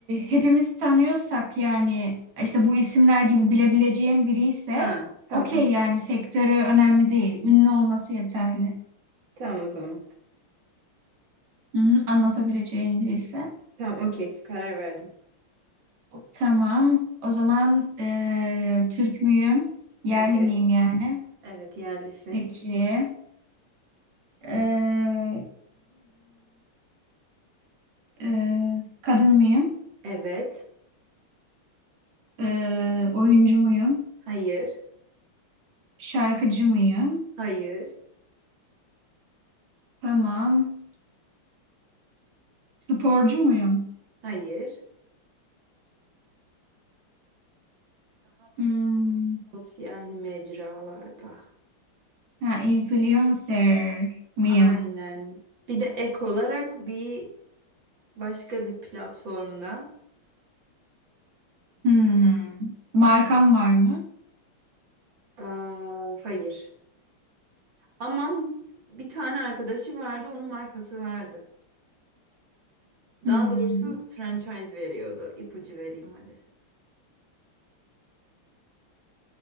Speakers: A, on the right; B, on the right.
A: hepimiz tanıyorsak yani işte bu isimler gibi bilebileceğim biri ise
B: Ha, tamam
A: okey
B: okey.
A: yani sektörü önemli değil. Ünlü olması yeterli.
B: Tamam o zaman.
A: Hı hı, anlatabileceğin biri ise.
B: Tamam okey. Karar verdim.
A: Tamam. O zaman e, Türk müyüm? Yerli
B: Evet.
A: miyim yani?
B: Evet yerlisin.
A: Peki. E, e, kadın mıyım?
B: Evet.
A: E, oyuncu muyum?
B: Hayır.
A: Şarkıcı mıyım?
B: Hayır.
A: Tamam. Sporcu muyum?
B: Hayır. Daha böyle
A: Hmm.
B: Sosyal mecralarda.
A: Ha, influencer mıyım?
B: Aynen. Bir de ek olarak bir başka bir platformda.
A: Hmm. Markam var mı?
B: Aa, hayır. Ama bir tane arkadaşı vardı, onun markası vardı.
A: Hmm.
B: Daha doğrusu franchise veriyordu. İpucu vereyim hadi.